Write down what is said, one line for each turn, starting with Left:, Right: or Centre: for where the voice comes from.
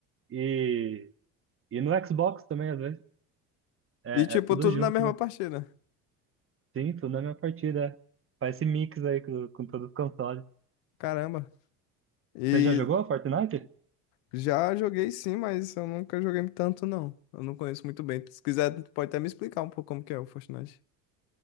Right: e, e no Xbox também, às vezes. É,
Left: E tipo
Right: é tudo
Left: tudo
Right: junto,
Left: na mesma
Right: né?
Left: partida.
Right: Sim, tudo na minha partida. é. Faz esse mix aí com, com todos os consoles.
Left: Caramba. E
Right: Você já jogou Fortnite?
Left: já joguei sim, mas eu nunca joguei tanto não. Eu não conheço muito bem. Se quiser, pode até me explicar um pouco como que é o Fortnite.